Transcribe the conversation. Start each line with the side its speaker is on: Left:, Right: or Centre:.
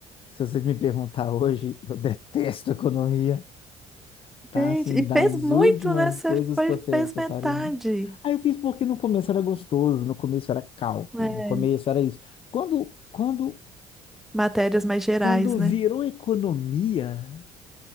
Left: Se você me perguntar hoje, eu detesto economia. Tá,
Centre: Gente,
Left: assim,
Centre: e
Left: das
Centre: fez muito,
Left: últimas
Centre: né? Você
Left: coisas
Centre: foi,
Left: que eu fiz,
Centre: fez
Left: que
Centre: metade,
Left: eu faria. aí eu fiz porque no começo era gostoso, no começo era cálculo,
Centre: né?
Left: no começo era isso. Quando, quando,
Centre: Matérias mais gerais,
Left: quando virou
Centre: né?
Left: economia,